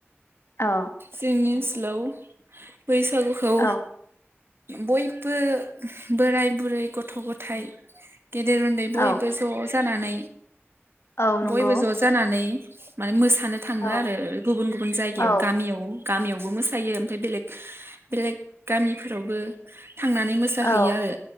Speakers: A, on the left; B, on the right.
A: औ
B: जोंनि लौ बैसागुखौ
A: औ
B: बयबो बोराय बुरै गथ' गथाइ गेदेर उन्दै बयबो
A: औ
B: ज' जानानै
A: औ नंगौ
B: बयबो ज' जानानै माने मोसा थाङो
A: औ
B: आरो गुबुन गुबुन जायगायाव
A: औ
B: गामियाव गामियावबो मोसायो ओमफ्राय बेलेक बेलेग गामिफोरावबो थांनानै मोसाहैयो
A: औ
B: आरो